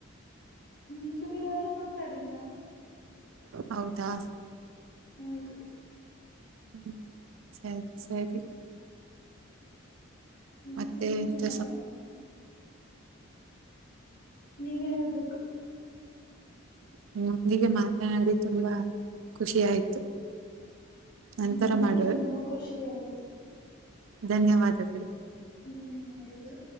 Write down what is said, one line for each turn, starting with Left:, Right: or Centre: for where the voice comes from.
Left: ನನ್ನಜೊತೆ ಯಾರು ಮಾತಾಡಿಲ್ಲ
Right: ಹೌದಾ
Left: ಹೌದು
Right: ಹ್ಮ್ ಸರಿ ಸರಿ
Left: ಮತ್ತೆನ
Right: ಮತ್ತೆ ಎಂತ
Left: ಸಮಾಚಾರ ನೀವೇ ಹೇಳ್ಬೇಕು
Right: ನಿಮೊಂದಿಗೆ ಮಾತನಾಡಿ ತುಂಬಾ ಖುಷಿ ಆಯ್ತು ನಂತರ
Left: ನನಗೂ
Right: ಮಾಡುವೆ
Left: ತುಂಬಾ ಖುಷಿ ಆಯ್ತು
Right: ಧನ್ಯವಾದಗಳು
Left: ಧನ್ಯವಾದಗಳು